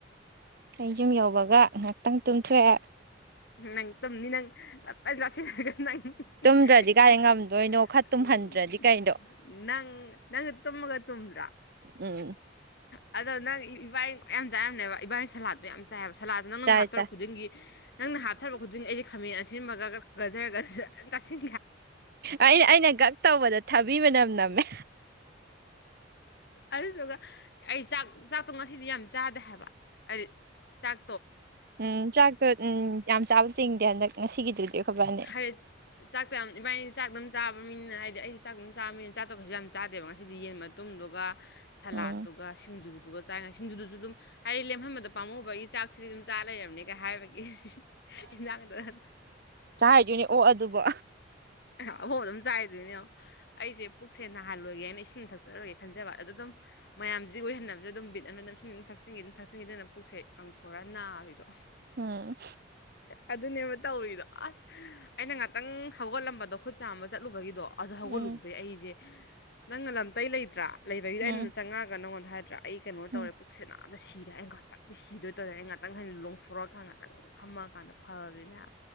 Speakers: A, on the right; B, on the left.
A: ꯑꯩ ꯌꯨꯝ ꯌꯧꯕꯒ ꯉꯥꯏꯍꯥꯛꯇꯪ ꯇꯨꯝꯊꯣꯛꯑꯦ
B: ꯅꯪ ꯇꯨꯝꯅꯤ ꯅꯪ ꯆꯁꯤ ꯅꯪ
A: ꯇꯨꯝꯗ꯭ꯔꯗꯤ
B: ꯏ
A: ꯀꯥꯏꯗꯩ ꯉꯝꯗꯣꯏꯅꯣ ꯈꯔ
B: ꯎꯝ
A: ꯇꯨꯝꯍꯟꯗ꯭ꯔꯗꯤ ꯀꯩꯅꯣ
B: ꯅꯪ ꯅꯪ ꯇꯒ ꯇꯨꯝ꯭ꯔꯥ
A: ꯎꯝ
B: ꯑꯗꯣ ꯅꯪ ꯏꯕꯥꯏ ꯌꯥꯝ ꯆꯥꯏꯔꯝꯃꯦꯅꯦꯕ ꯏꯕꯥꯏꯅꯤ ꯁꯂꯥꯗꯠꯇꯣ ꯌꯥꯝ ꯆꯥꯏꯑꯕ ꯁꯂꯥꯗꯅ ꯅꯪꯅ
A: ꯆꯥꯏ
B: ꯍꯥꯞꯇꯣꯔꯔꯛ
A: ꯆꯥꯏ
B: ꯈꯨꯗꯤꯡꯒꯤ ꯍꯥꯞꯊꯕ ꯈꯨꯗꯤꯅꯤ ꯑꯩꯦ ꯈꯝ ꯃꯤ ꯑꯁꯤ ꯑꯁꯤꯟꯕꯒ ꯀꯖꯔꯒ ꯇꯥꯁꯤꯟ
A: ꯑ ꯑꯩꯅ ꯒꯛ ꯇꯧꯕꯗ ꯊꯥꯕꯤꯕꯅꯝ ꯅ <unintelligible>
B: ꯑꯗꯨꯗꯨꯒ ꯑꯩ ꯆꯥꯛ ꯆꯥꯛꯇꯣ ꯉꯁꯤꯗꯤ ꯌꯥꯝ ꯆꯥꯗꯦ ꯍꯥꯏꯕ ꯍꯥꯏꯗꯤ ꯆꯥꯛ
A: ꯎꯝ ꯆꯥꯒ ꯎꯝ ꯆꯁꯤꯡꯗꯤ ꯍꯟꯗꯛ ꯉꯁꯤꯒꯤꯗꯨꯗꯤ ꯑꯩꯈꯣꯏꯕꯥꯅꯤ
B: ꯍꯥꯏꯔꯠ ꯆꯥꯛꯇ ꯌꯥꯝ ꯏꯕꯥꯏꯅꯤ ꯆꯥꯛ ꯑꯗꯨꯝ ꯆꯥꯕ ꯃꯤꯅꯤꯅ ꯍꯥꯏꯗꯤ ꯑꯩꯁꯨ ꯆꯥꯛ ꯑꯗꯨꯝ ꯆꯥꯕꯅꯤꯅ ꯆꯥꯗꯣꯛꯄꯁꯨ ꯌꯥꯝ ꯆꯥꯗꯦꯕ ꯉꯁꯤꯗꯤ ꯌꯦꯟ ꯃꯇꯨꯡꯗꯨꯒ ꯁꯂꯥꯗꯠꯇꯨꯒ
A: ꯎꯝ
B: ꯁꯤꯡꯖꯨꯗꯨꯒ ꯆꯥꯡꯉꯁꯤ ꯁꯤꯡꯗꯨꯗꯨꯁꯨ ꯑꯗꯨꯝ ꯍꯥꯏꯗꯤ ꯂꯦꯝꯍꯟꯕꯗ ꯄꯥꯝꯃꯕꯒꯤ ꯆꯥꯛꯁꯤꯗꯤ ꯑꯗꯨꯝ ꯆꯥ ꯂꯩꯔꯕꯅꯤꯒ ꯍꯥꯏꯕꯒꯤ ꯏꯟꯖꯥꯡ ꯑꯗꯨꯗꯅ
A: ꯆ ꯍꯥꯏꯗꯣꯏꯅꯦ ꯑꯣ ꯑꯗꯨꯕꯨ
B: ꯑꯐꯥꯎꯕ ꯑꯗꯨꯝ ꯆꯥꯏꯗꯣꯏꯅꯦ ꯑꯩꯁꯦ ꯄꯨꯛꯁꯦ ꯅꯥꯍꯜꯂꯣꯏꯒꯦꯅ ꯏꯁꯤꯡ ꯊꯛꯆꯔꯣꯏꯒꯦ ꯈꯟꯖꯕ ꯑꯗꯣ ꯑꯗꯨꯝ ꯃꯌꯥꯝꯁꯤ ꯑꯣꯏꯏꯍꯟꯅꯕꯗ ꯑꯗꯨꯝ ꯕꯤꯠ ꯑꯃ ꯑꯗꯨꯝꯁꯤꯡ ꯑꯗꯨꯝ ꯊꯛꯆꯤꯟꯈꯤ ꯑꯗꯨꯝ ꯊꯛꯆꯤꯟꯈꯤꯗꯅ ꯄꯨꯛꯁꯦ ꯀꯪꯊꯣꯔꯒ ꯅꯥꯕꯤꯗꯣ
A: ꯎꯝ
B: ꯑꯗꯨꯅꯦꯕ ꯇꯧꯔꯤꯗꯣ ꯑꯁ ꯑꯩꯅ ꯉꯥꯛꯇꯪ ꯍꯧꯒꯠꯂꯝꯕꯗꯣ ꯈꯨꯠ ꯆꯥꯝꯕ ꯆꯠꯂꯨꯕꯒꯤꯗꯣ ꯑꯗ ꯍꯧꯒꯠꯂꯨꯗꯣ
A: ꯎꯝ
B: ꯑꯩꯁꯦ ꯅꯪꯅ ꯂꯝꯇꯩ ꯂꯩꯇ꯭ꯔꯥ ꯂꯩꯕꯒꯤꯗ
A: ꯎꯝ
B: ꯑꯩꯅꯗ ꯆꯪꯉꯛꯑꯒ ꯅꯉꯣꯟꯗ ꯍꯥꯏꯗ꯭ꯔꯥ ꯑꯩ ꯀꯩꯅꯣ
A: ꯎꯝ
B: ꯇꯧꯔꯦ ꯄꯨꯛꯁꯤ ꯌꯥꯝꯇ ꯁꯤꯔꯦ ꯑꯩ ꯉꯥꯛꯇꯗꯤ ꯁꯤꯗꯣꯏ ꯇꯧꯔꯦ ꯑꯩ ꯉꯥꯛꯇꯪ ꯍꯥꯏꯅ ꯂꯣꯡꯊꯣꯔꯛꯑꯀꯥꯟ ꯉꯥꯛꯇꯪ ꯐꯝꯃꯑꯀꯥꯟꯗ ꯐꯈ꯭ꯔꯤꯅꯦꯕ